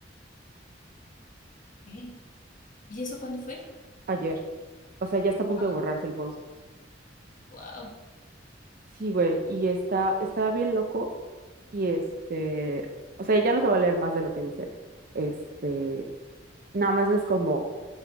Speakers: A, on the left; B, on the right.
A: Ok. ¿Y eso cuándo fue?
B: ayer. O sea, ya está a punto
A: Ah,
B: de borrarse el post.
A: wow.
B: Sí, güey, y está, está bien loco y este, o sea, ya no te voy a leer más de lo que dice. Este, nada más es como